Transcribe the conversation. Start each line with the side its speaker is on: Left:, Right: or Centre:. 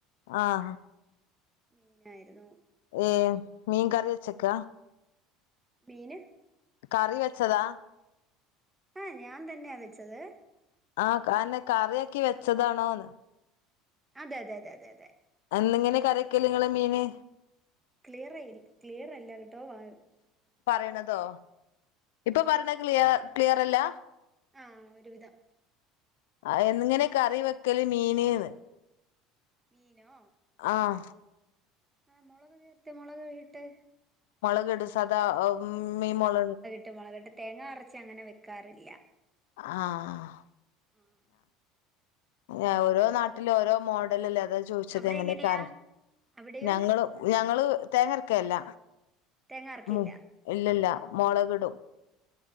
Left: ആഹ
Right: മീനായിരുന്നു
Left: ഏഹ മീൻ കറി വെച്ചക്ക
Right: മീന്
Left: കറി വെച്ചതാ
Right: ആഹ ഞാൻ തന്നെയാ വെച്ചത്
Left: ആഹ അഎന്നെ കറിയാക്കി വെച്ചതാണോന്ന്?
Right: അതെ അതെ തെ തെ തെ
Left: അന്നങ്ങനെ കറിക്കല് ഇങ്ങള് മീന്?
Right: ക്ലിയറയ്യ് ക്ലിയറല്ല കേട്ടോ വ
Left: പറയണതോ ഇപ്പൊ പറയണ ക്ലിയ ക്ലിയറല്ല.
Right: ആഹ ഒരു വിധം
Left: ആ എങ്ങനെ കറി വെക്കല് മീന് ന്ന്
Right: മീനോ
Left: ആഹ
Right: ആഹ മൊളക് ചേർത്ത് മൊളക് ഇട്ട്
Left: മൊളകിട് സധാ മീം മൊള
Right: ട്ട് മൊളകിട്ട് തേങ്ങാ അറച്ച് അങ്ങനെ വെക്കാറില്ല.
Left: ആഹ
Right: ഉം
Left: ങേ ഓരോ നാട്ടിലും ഓരോ മോഡലല്ലേ അതാ ചോയ്ച്ചതെ
Right: അവിടെ
Left: എങ്ങനെകാരം
Right: എങ്ങനെയാ അവിടെയോ
Left: ഞങ്ങളും ഞങ്ങള് തേങ്ങ അരക്കെല്ല
Right: തേങ്ങ അരക്കില്ല
Left: മു ഇല്ലല്ല
Right: ഉം ഉം
Left: മൊളകിടും